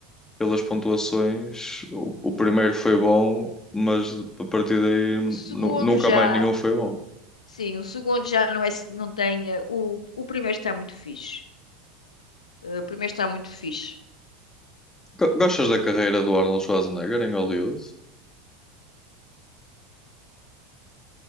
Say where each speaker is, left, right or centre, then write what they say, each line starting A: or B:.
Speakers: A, on the left; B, on the left.
A: pelas pontuações, o, o primeiro foi bom, mas a partir daí
B: O segundo
A: nu- nunca
B: já,
A: mais nenhum foi bom.
B: sim, o segundo já não é, não tem, eh, o, o primeiro está muito fixe. Eh, o primeiro está muito fixe.
A: Go- Gostas da carreira do Arnold Schwarzenegger em Hollywood?